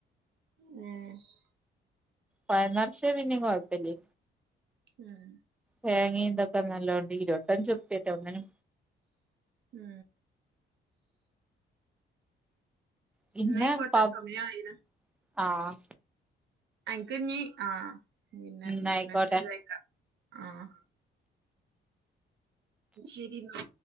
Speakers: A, on the right; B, in the centre.
A: ഉം
B: പഴം നെർച്ചെ പിന്നെ കൊഴപ്പല്യ
A: ഉം
B: തേങ്ങയും ഇന്തൊക്കെ നല്ലോണ്ട് ഇരുപത്തഞ്ച് ർപ്പേറ്റ ഒന്നിന്
A: ഉം
B: പിന്നെ
A: ന്നായിക്കോട്ടെ
B: പ
A: സമയായിണ്
B: <inaudible> ആഹ്
A: ആൻക്ക്ഞ്ഞീ ആ പിന്നെ
B: ന്നായിക്കോട്ടെ
A: മെസ്സേജ് അയക്കാം ആഹ് ശരീന്നാ